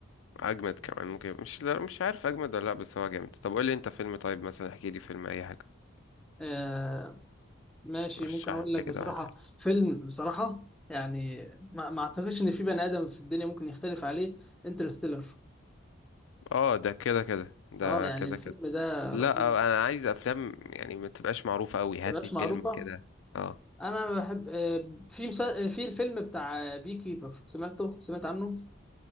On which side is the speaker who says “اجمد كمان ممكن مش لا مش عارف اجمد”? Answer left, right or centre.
Left